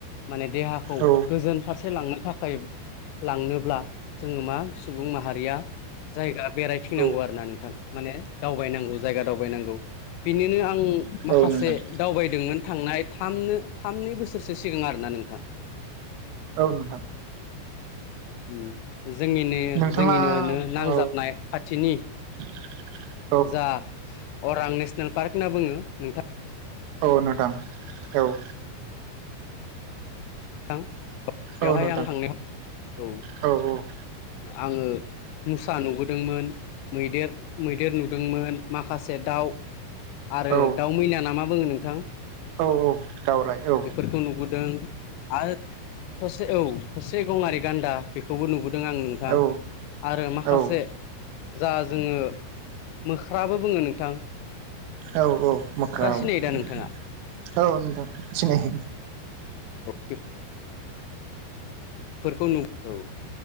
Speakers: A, on the left; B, on the right.
A: माने देहाखौ
B: औ
A: गोजोन फारसे लांनो थाखाय लांनोब्ला जोङो मा सुबुं माहारिया जायगा बेरायथिनांगौ
B: औ
A: आरोना नोंथां माने दावबायनांगौ जायगा दावबायनां गौ बिनोनो आं माखासे
B: औ नोंथां
A: दावबायदोंमोन थांनाय थाम नो थाम नै बोसोरसो सिगां आरोना नोंथां
B: औ नोंथां
A: उम जोंनिनो
B: नोंथाङा
A: जोंनिनोनो नांजाबनाय
B: औ
A: खाथिनि
B: <inaudible>
A: जा अरां नेसनेल पार्क होनना बुङो नोंथा
B: अ नोंथां औ
A: थां बेवहाय
B: औ नोंथां
A: आं थांनायाव औ
B: औ औ
A: आङो मुसा नुबोदोंमोन मैदेर मैदेर नुदोंमोन माखासे दाउ आरो
B: औ
A: दाउ मैना ना मा बुङो नोंथां?
B: औ दावराय औ
A: बेफोरखौ नुबोदों। आरो थसे औ थसे गंआरि गान्दा बेखौबो नुबोदों आं नोंथां।
B: औ
A: आरो माखासे
B: औ
A: जा जोङो मोख्राबो बुङो नोंथां।
B: औ औ मोख्रा
A: सिनायो
B: औ
A: दा नोंथाङा
B: औ नोंथां सिनायो।
A: <unintelligible> फोरखौ नु औ